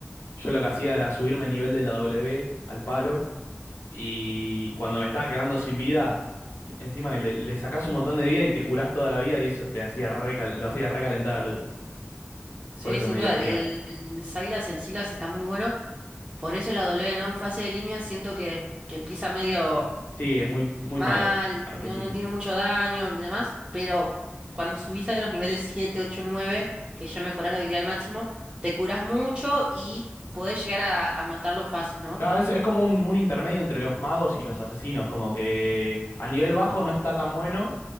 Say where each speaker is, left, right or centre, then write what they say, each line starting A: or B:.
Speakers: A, on the left (about 75°); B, on the right (about 20°).
A: Yo lo que hacía era subirme el nivel de la W al palo y cuando me estaba quedando sin vida, encima le, le sacás un montón de vida y te curás toda la vida y eso te hacía recal- lo hacía recalentar al otro.
B: Sí,
A: Por eso
B: sin
A: me divertía.
B: duda. El, el, el Silas, el Silas está muy bueno. Por eso la W, ¿no? En fase de línea siento que, que empieza medio.
A: Sí, es muy, muy
B: mal,
A: malo al
B: no,
A: principio.
B: no tiene mucho daño y demás, pero cuando subís a los niveles 7 8 9 que ya mejorás la habilidad al máximo, te curás mucho y podés llegar a, a matarlo fácil, ¿no?
A: Claro, es, es como un, un intermedio entre los magos y los asesinos, como que a nivel bajo no está tan bueno,